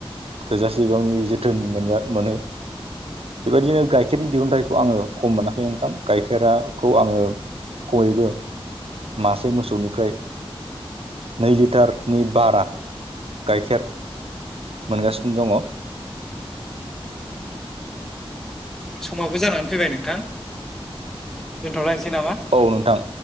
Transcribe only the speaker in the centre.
समावबो जानानै फैबाय नोंथां। दोनथ'लायनोसै नामा